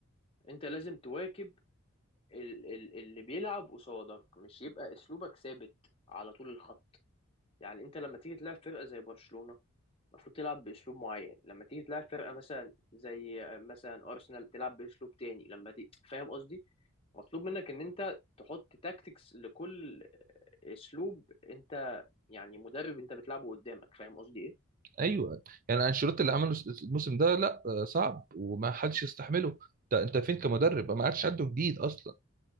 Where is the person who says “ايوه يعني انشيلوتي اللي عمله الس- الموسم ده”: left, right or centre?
Right